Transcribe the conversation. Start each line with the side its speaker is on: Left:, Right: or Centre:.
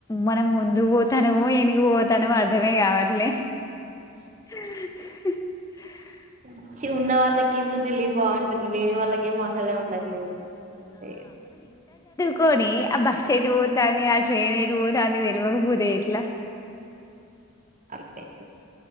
Left: మనం ముందుకు పోతానమో ఎనుగు పోతామో అర్థమే కావట్లే ఆ
Right: వచ్చి ఉన్న వాళ్ళకేమో తెలివి బాగుంటుంది లేని వాళ్ళకి గేమో అసలే ఉండట్లేదు అంతే ఇగ
Left: కోని ఆ బస్ ఏటు పోతాది ఆ ట్రైన్ ఏటు పోతది తెలివకపోతే ఎట్లా
Right: అంతే ఇగ